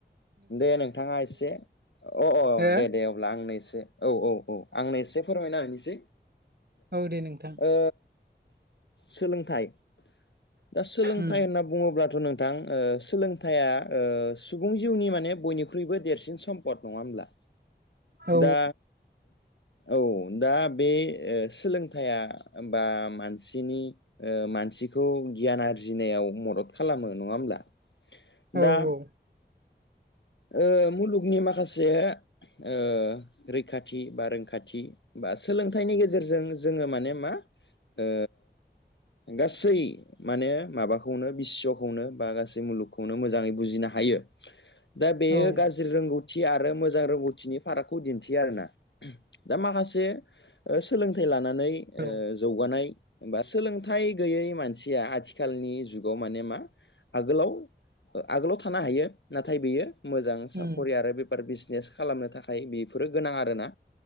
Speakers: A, on the left; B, on the right.
A: दे नोंथांङा एसे अ औ
B: हो
A: दे दे औ। अब्ला आंनो एसे औ औ औ आंनो एसे फोरमायना होनोसै।
B: औ दे नोंथां
A: ओ सोलोंथाइ। दा सोलोंथाइ
B: उम
A: होनना बुंङोब्लाथ' नोंथां सोलोंथाइया सुबुं जिउनि माने बयनिख्रुइबो देरसिन सम पट नंङा होमब्ला?
B: औ
A: दा औ दा बे सोलोंथाइया बा मानसिनि मानसिखौ गियान आरजिनायाव मदद खालामो नंङा होमब्ला?
B: औ
A: दा
B: औ।
A: ओ मुलुगनि माखासे ओ रैखाथि बा रोंखाथि बा सोलोंथाइनि गेजेरजों जोङो माने मा ओ गासै माने माबाखौनो बिशव'खौनो बा गासै मुलुगखौनो मोजाङै बुजिनो हायो। दा बेयो
B: औ
A: गाज्रि रोंगौथि आरो मोजां रोंगौथिनि फारागखौ दिन्थियो आरोना। दा माखासे सोलोंथाइ लानानै
B: औ
A: ओ जौगानाय बा सोलोंथाइ गैयै मानसिया आथिखालनि जुगाव माने मा आगोलाव आगोलाव थानो हायो नाथाय बेयो मोजां साख'रि
B: उम
A: आरो बेफार बिस बिजनेस खालामनो थाखाय बेफोरो गोनां आरोना।